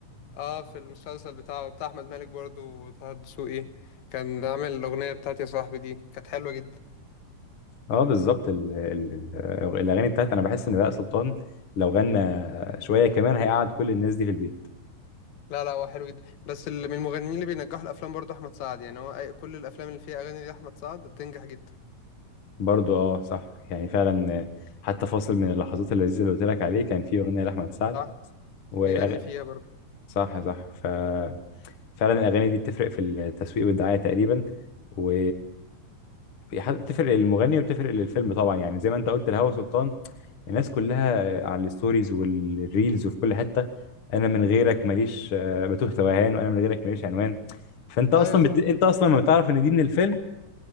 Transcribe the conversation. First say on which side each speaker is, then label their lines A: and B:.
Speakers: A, on the left; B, on the left.
A: اه في المسلسل بتاعه بتاع احمد مالك برضه وطه الدسوقي كان عامل الاغنيه بتاعت يا صاحبي دي كانت حلوه جدا
B: اه بالظبط ال... ال... ال... الاغاني بتاعت انا بحس ان بهاء سلطان لو غنى شويه كمان هيقعد كل الناس دي في البيت
A: لا لا هو حلو جدا بس اللي من المغنيين اللي بينجحوا الافلام برضه احمد سعد يعني هو أي- كل الافلام اللي فيها اغاني لاحمد سعد بتنجح جدا
B: برضو اه صح يعني فعلا آه، حتى فاصل من اللحظات اللذيذه اللي قلت لك عليه كان فيه اغنيه لاحمد سعد
A: صح
B: وأغ...
A: بيغني فيها برضه
B: صح صح ف فعلا الاغاني دي بتفرق في التسويق والدعايه تقريبا و بتفرق للمغني وبتفرق للفيلم طبعا يعني زي ما انت قلت لهوى سلطان الناس كلها على الستوريز والريلز وفي كل حتة انا من غيرك ماليش آه، بتوه توهان وانا من غيرك ماليش عنوان فانت اصلا
A: ايوه صح
B: بت... انت اصلا لما بتعرف ان دي من الفيلم